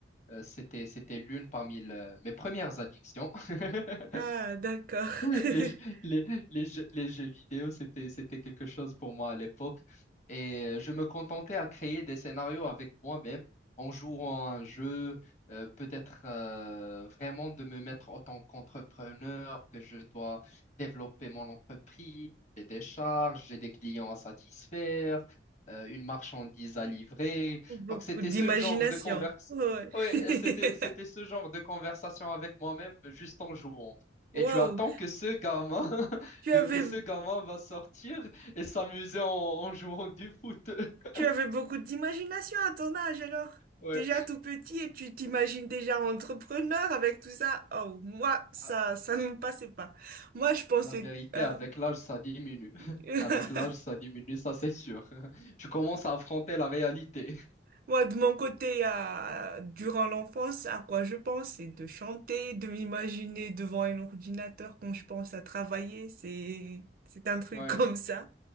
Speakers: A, on the left; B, on the right.
A: Euh, c'était, c'était l'une parmi le- mes premières addictions. <laughs>
B: Ah, d'accord.
A: <laughs>
B: <laughs>
A: Les, jeux- les, les jeux, les jeux vidéo, c'était, c'était quelque chose pour moi à l'époque. Et euh, je me contentais à créer des scénarios avec moi-même en jouant à un jeu, euh, peut-être euh, vraiment de me mettre en tant qu'entrepreneur, que je dois développer mon entreprise, j'ai des charges, j'ai des clients à satisfaire, euh, une marchandise à livrer.
B: Beaucoup
A: Donc c'était
B: d'imagination.
A: ce genre de conversation
B: Ouais.
A: Oui,
B: <laughs>
A: c'était, c'était ce genre de conversation avec moi-même juste en jouant. Et
B: Waouh.
A: tu attends que ce gamin, <laughs>
B: Tu
A: de,
B: avais,
A: que ce gamin va sortir et s'amuser en, en jouant du foot. <laughs>
B: tu avais beaucoup d'imagination à ton âge alors.
A: Ouais.
B: Déjà tout petit et tu t'imagines déjà entrepreneur avec tout ça. Oh, moi, ça,
A: Ah,
B: ça ne me passait pas. Moi, je pensais,
A: La vérité,
B: euh,
A: avec l'âge, ça diminue. <laughs>
B: <laughs>
A: Avec l'âge, ça diminue, ça c'est sûr. <laughs> Tu commences à affronter la réalité. <laughs>
B: Moi, de mon côté, à- durant l'enfance, à quoi je pense, c'est de chanter, de m'imaginer devant un ordinateur quand je pense à travailler. C'est, c'est un truc
A: Ouais.
B: <laughs> comme ça.